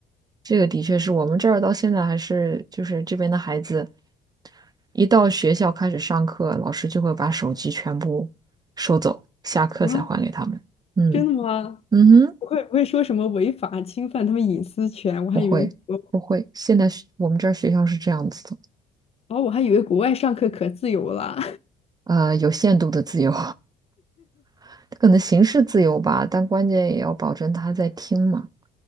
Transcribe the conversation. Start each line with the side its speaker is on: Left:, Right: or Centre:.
Right: 这个的确是我们这儿到现在还是就是这边的孩子。一到学校开始上课，老师就会把手机全部收走，下课才还给他们。
Left: 啊，
Right: 嗯
Left: 真的吗？
Right: 嗯哼，
Left: 不会不会说什么违法侵犯他们隐私权？我还以为我
Right: 不会不会，现在学我们这儿学校是这样子的，
Left: 哦，我还以为国外上课可自由了。
Right: 呃，有限度的自由，<laughs> 可能形式自由吧，但关键也要保证他在听嘛。